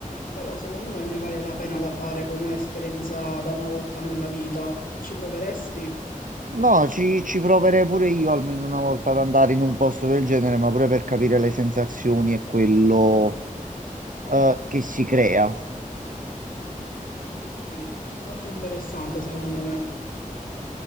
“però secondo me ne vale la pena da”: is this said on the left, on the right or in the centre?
Left